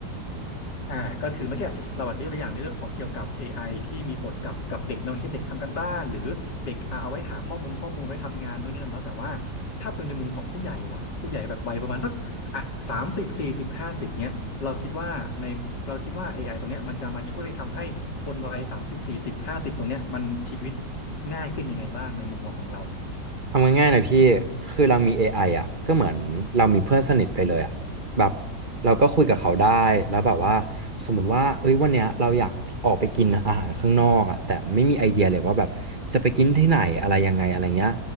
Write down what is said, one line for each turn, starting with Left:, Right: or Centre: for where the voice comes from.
Left: อ่าก็คือเมื่อกี้เราอาจจะยกตัวอย่างในเรื่องของเกี่ยวกับ AI ที่มีผลกับกับเด็กเนาะเช่นเด็กทำการบ้านหรือเด็กอ่าเอาไว้หาข้อมูลข้อมูลไว้ทำงานนู่นนี่นั่นเนาะแต่ว่าถ้าเป็นในมุมของผู้ใหญ่ล่ะผู้ใหญ่แบบวัยประมาณสักอ่ะสามสิบสี่สิบห้าสิบเนี้ยเราคิดว่าในเราคิดว่า AI ตรงเนี้ยมันจะมาช่วยทำให้คนวัยสามสิบสี่สิบห้าสิบตรงเนี้ยมันชีวิตง่ายขึ้นยังไงบ้างในมุมมองของเรา
Right: ทำง่ายๆหน่อยพี่ คือเรามี AI อไออ่ะก็เหมือนเรามีเพื่อนสนิทไปเลยอ่ะแบบเราก็คุยกับเขาได้ แล้วแบบว่าสมมติว่าเอ้ยวันเนี้ยเราอยากออกไปกินอาหารข้างนอกอ่ะแต่ไม่มีไอเดียเลยว่าแบบจะไปกินที่ไหนอะไรยังไงอะไรเงี้ย